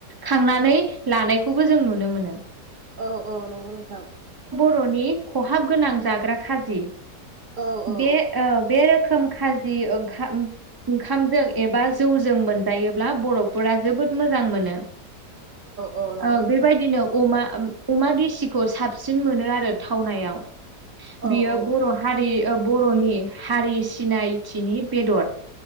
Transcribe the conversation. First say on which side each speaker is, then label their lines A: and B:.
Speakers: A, on the right; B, on the right.
A: खांनानै लानायखौबो जों नुनो मोनो
B: औ औ नंगौ नोंथां
A: खरनि खहाब गोनां जाग्रा खाजि
B: औ औ
A: बे ओ बे रोखोम <unintelligible> खोम खाजि ओंखाम ओंखामजों एबा जौजों मोनजायोब्ला बर'फोरा जोबोद मोजां मोनो
B: औ नंगौ
A: ओ
B: नोंथां
A: बेबायदिनो अमा अमा देसिखौ साबसिन मोनो आरो थावनायाव
B: औ
A: बियो
B: औ
A: बर' हारि ओ बर'नि हारि सिनायथिनि बेदर